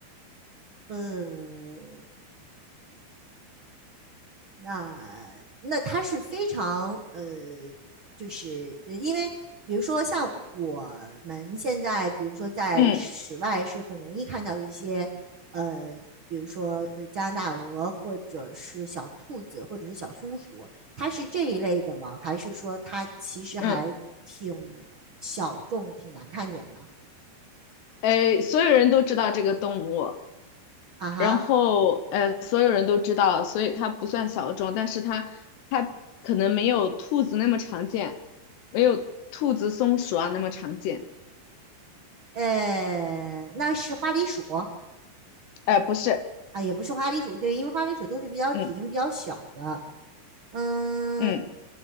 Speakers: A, on the right (about 70°); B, on the left (about 70°).
A: 呃，那那它是非常呃，就是呃，因为比如说像我们现在，比如说在室外是很容易看到一些呃，
B: 嗯
A: 比如说呃加拿大鹅或者是小兔子或者是小松鼠，它是这一类的吗？还是说它其实还挺小众、
B: 嗯，
A: 挺难看见的？
B: 呃，所有人都知道这个动物，
A: 啊哈，
B: 然后呃，所有人都知道，所以它不算小众，但是它它可能没有兔子那么常见，没有兔子、松鼠啊那么常见，
A: 呃，那是花栗鼠。
B: 呃，不是，
A: 啊，也不是花栗鼠，对，因为花栗鼠都是比较体型比较小的。
B: 嗯
A: 嗯，
B: 嗯，